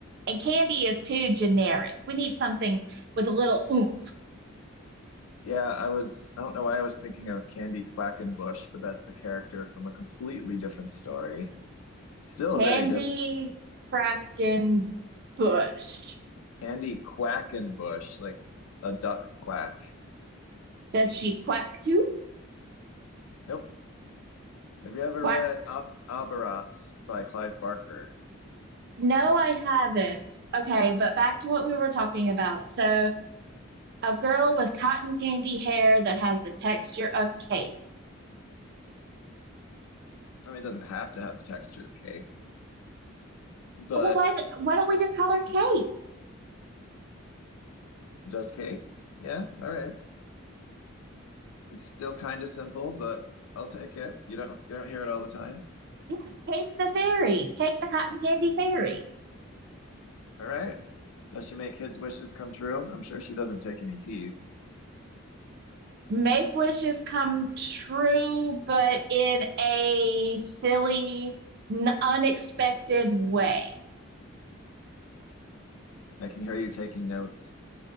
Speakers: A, on the right; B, on the left.
A: and candy is too generic. We need something with a little oomph.
B: Yeah, I was I don't know why I was thinking of Candy Quackenbush, but that's a character from a completely different story. Still
A: Candy
B: a very good
A: Kraken Bush.
B: Candy Quackenbush, like a duck quack.
A: Does she quack too?
B: Nope. Have you ever
A: Quack,
B: read Ab Aberrats by Clive Barker?
A: No, I haven't. Okay, but back to what we were talking about. So, a girl with cotton candy hair that has the texture of cake.
B: I mean, it doesn't have to have the texture of cake, but
A: Well, why th- why don't we just call her Cake?
B: just cake? Yeah, all right. It's still kind of simple, but I'll take it. You don't you don't hear it all the time.
A: Yeah, Cake the fairy. Cake the cotton candy fairy.
B: All right. Does she make kids' wishes come true? I'm sure she doesn't take any teeth.
A: Make wishes come true, but in a silly, n- unexpected way.
B: I can hear you taking notes.